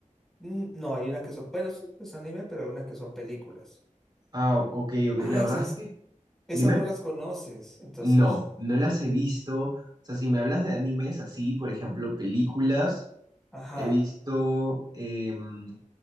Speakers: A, in the centre; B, on the right.
A: Mm, No, hay unas que son, bueno, sí, es anime, pero hay unas que son películas.
B: Ah, ok, ok.
A: Ah,
B: La verdad
A: esas,
B: es que,
A: esas
B: dime,
A: no las conoces, entonces.
B: no, no las he visto. O sea, si me hablas de animes así, por ejemplo, películas,
A: Ajá.
B: he visto... em,